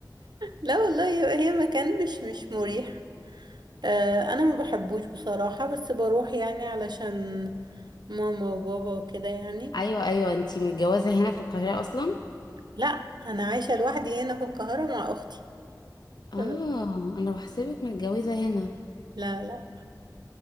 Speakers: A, on the right (about 75°); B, on the left (about 70°).
A: لا والله هي هي مكان مش مش مريح آه، أنا ما بحبوش بصراحة بس بروح يعني علشان ماما وبابا وكده يعني
B: ايوه ايوه انتي متجوزه هنا في القاهره اصلا
A: لا أنا عايشة لوحدي هنا في القاهرة مع أختي
B: اه
A: آه،
B: انا بحسبك متجوزه هنا
A: لا لا